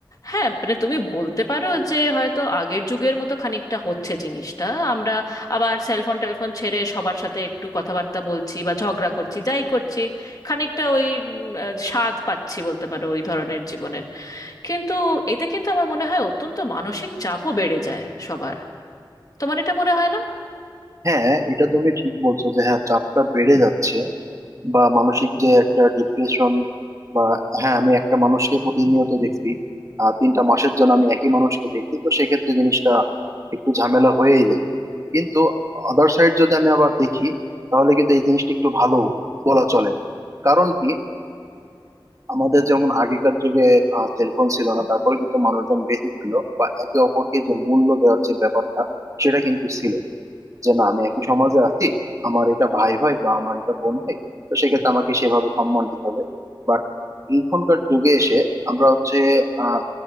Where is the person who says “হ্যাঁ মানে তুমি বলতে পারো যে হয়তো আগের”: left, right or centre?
Left